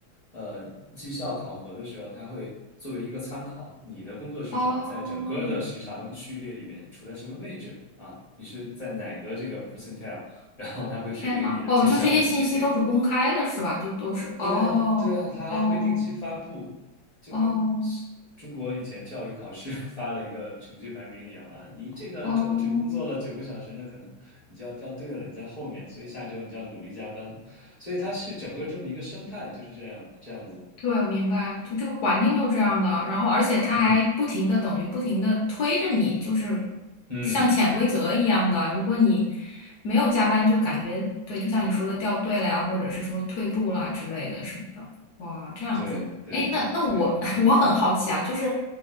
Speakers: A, on the left; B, on the left.
A: 呃，绩效考核的时候，它会作为一个参考，你的工作时长在整个的时长序列里面处在什么位置啊？
B: 哦，
A: 你是在哪个这个 percentile，然后它会决定你的绩效的级别。
B: 天呐，哦，就这些信息都是公开的，是吧？就都是，哦，
A: 对啊，对啊，他还会定期发布，
B: 哦，
A: 就跟是中国以前教育考试
B: 哦，
A: <laughs> 发了一个成绩排名一样啊。你这个周只工作了九个小时，
B: 哦。
A: 那可能你就要掉队了，你在后面，所以下周你就要努力加班。所以它是整个这么一个生态，就是这样这样子。
B: 对，我明白，就这个环境就是这样的，
A: 嗯
B: 然后而且它还不停的等于不停的推着你，
A: 嗯
B: 就是
A: 嗯，
B: 像潜规则一样的。如果你没有加班，就感觉对，就像你说的掉队了呀，或者是说退步啦之类的什么的。哇，这样子，
A: 对对对对，
B: 哎，那那我 <laughs> 我很好奇啊，就是